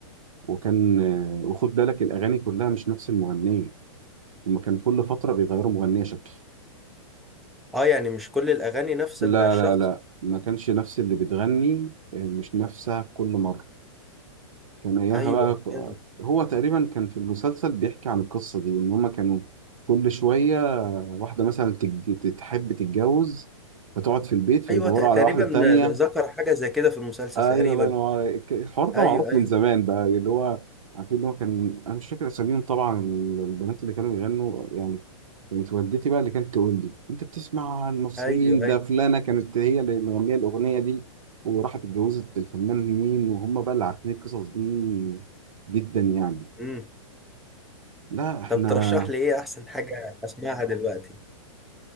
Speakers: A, on the right (about 85°); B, in the centre.
A: وكان آه، وخد بالك الأغاني كلها مش نفس المغنية هم كان كل فترة بيغيروا مغنية شكل
B: اه يعني مش كل الاغاني نفس
A: لا
B: الشخص
A: لا لا ما كانش نفس اللي بتغني آه، مش نفسها في كل مرة كان ايامها
B: ايوه
A: بقى ك-
B: فاهم.
A: هو تقريبا كان في المسلسل بيحكي عن القصه دي ان هما كانوا كل شويه واحده مثلا تج- تحب تتجوز فتقعد في البيت فيدوروا
B: ايوه ت- تقريبا
A: على واحده تانية
B: ذ- ذكر حاجه زي كده في المسلسل
A: ايوه
B: تقريبا
A: الله ينور عليك الحوار ده
B: ايوه
A: معروف
B: ايوه
A: من زمان بقى اللي هو عارفين ان هو كان انا مش فاكر اساميهم طبعا البنات اللي كانوا بيغنوا يعني كانت والدتي بقى اللي كانت تقول لي انت بتسمع المصريين
B: ايوه ايوه
A: ده فلانه كانت هي اللي مغنيه الاغنيه دي وراحت اتجوزت الفنان مين وهم بقى اللي عارفين القصص دي جدا يعني
B: امم
A: لا احنا
B: طب ترشح لي ايه احسن حاجه اسمعها دلوقتي